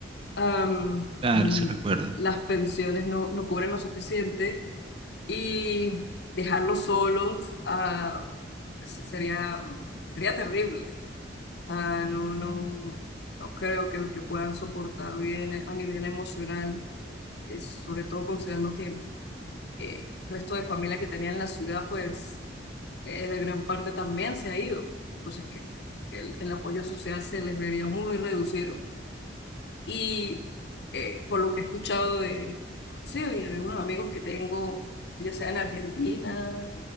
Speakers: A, on the left; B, on the right.
A: am,
B: Claro,
A: mm,
B: sí recuerdo.
A: las pensiones no, no cubren lo suficiente y dejarlos solos, ah, se- sería, sería terrible. Ah, no, no, no, no creo que, que puedan soportar bien eh, a nivel emocional, es, sobre todo considerando que eh, el resto de familia que tenía en la ciudad, pues eh, de gran parte también se ha ido. Entonces, que el, el apoyo social se les vería muy reducido. Y eh, por lo que he escuchado de sí, y algunos amigos que tengo, ya sea en Argentina,